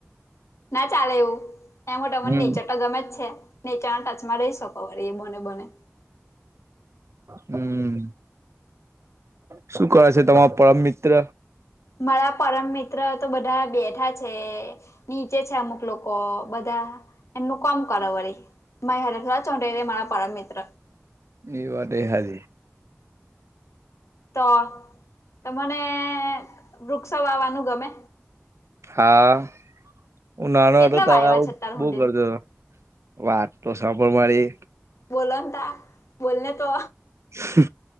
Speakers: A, on the left (about 75°); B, on the right (about 70°).
A: ના ચાલે એવું. એ માટે તમને
B: હમ્મ.
A: નેચર તો ગમે જ છે નેચાના ટચમાં રહી શકો અર એ બોને બને
B: હમ. શું કરે છે તમારો પરમ મિત્ર
A: મારા પરમ મિત્ર તો બધા બેઠા છે. નીચે છે અમુક લોકો બધા એમનું કામ કર વળી મા હરસરાજ ચૌડેલે મારા પરમ મિત્ર.
B: એ વાત દ એ હાજી.
A: તો તમને વૃક્ષો વાવાનું ગમે
B: હા હું ઉનાનો
A: કેટલા
B: વા હતો તાર
A: વાયવા
B: આવું
A: છે અત્યાર
B: બો
A: હુંધીન
B: કરતો હતો. વાત તો સાંભળ મારી.
A: બોલોન તા બોલને તો
B: હ હ